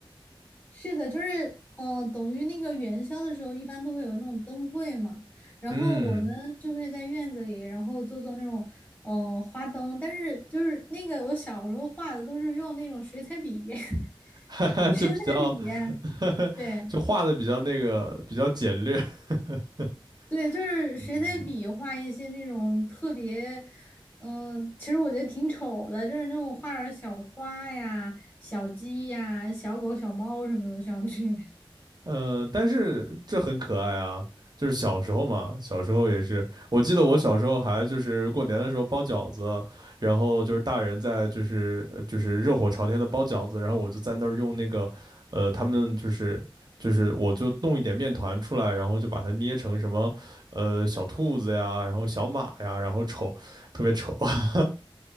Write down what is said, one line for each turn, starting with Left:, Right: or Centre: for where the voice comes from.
Left: 是的，就是呃，等于那个元宵的时候，一般都会有那种灯会嘛，
Right: <laughs>
Left: 然后我们就会在院子里，
Right: 嗯，
Left: 然后做做那种呃花灯，但是就是那个我小时候画的都是用那种水彩笔，<laughs>
Right: <laughs> 哈哈，
Left: 水彩笔，
Right: 就比较，<laughs>
Left: 对。
Right: 就画的比较那个，比较简略。<laughs>
Left: 对，就是谁在比画一些那种特别，
Right: 嗯，
Left: 嗯、其实我觉得挺丑的，就是那种画点儿小花呀、小鸡呀、小狗、小猫什么的上去。<laughs>
Right: 嗯，但是这很可爱啊，就是小时候嘛，小时候也是，我记得我小时候还就是过年的时候包饺子，然后就是大人在就是呃就是热火朝天的包饺子，然后我就在那儿用那个，呃，他们就是就是我就弄一点面团出来，然后就把它捏成什么呃小兔子呀，然后小马呀，然后丑，特别丑，<laughs>